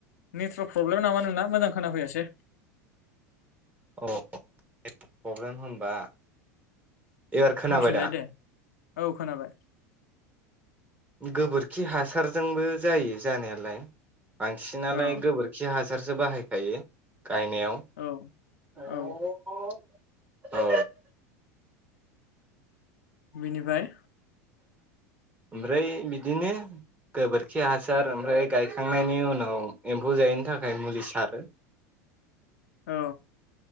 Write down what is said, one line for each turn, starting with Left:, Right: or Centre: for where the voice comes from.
Left: नेटवारर्क प्रब्लेम नामा नोंना मोजां खोनाफैयासै
Right: अ नेतरक प्रब्लेम होनबा एबार खोनाबाय
Left: होनफिनलाय
Right: दा
Left: दे औ खोनाबाय
Right: गोबोरखि हासारजोंबो जायो जानायालाय बांसिनानो
Left: औ
Right: गोबोरखि हाजों हासारसो बाहायखायो गायनायाव
Left: औ औ
Right: औ
Left: बेनिफ्राय
Right: ओमफ्राय बिदिनो गोबोरखि हासार ओमफ्राय गायखांनायनि उनाव एम्फौ जायैनि थाखाय मुलि सारो।
Left: औ